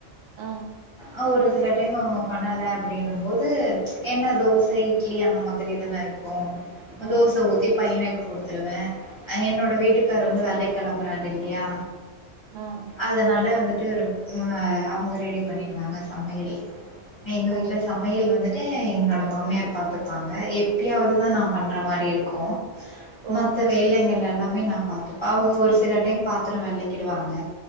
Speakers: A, on the right; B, on the left.
A: ஆ
B: ஆ ஒரு சில டைம் அவுங்க பண்ணல அப்டின்னும் போது என்ன தோசை இட்லி அந்த மாதிரி தானே இருக்கும்
A: ஆ
B: தோச ஊத்தி பையனுக்கு குடுத்துருவேன் என்னோட வீட்டுக்கார் வந்து வேலைக்கு கிளம்புறாரு இல்லையா
A: ம்
B: அதனால வந்துட்டு அவுங்க ரெடி பண்ணிடுவாங்க சமையல் எங்க வீட்ல
A: ஓ
B: சமையல் வந்து வன்ட்டு என்னோட மாமியார் பார்த்துப்பாங்க எப்பயாவது தான் நான் பண்ற மாரி இருக்கும்
A: ஓ
B: மத்த வேலைங்கள் எல்லாமே நா பாத்துப்ப அவுங்க ஒரு சில டைம் பாத்திரம் விளக்கிடுவாங்க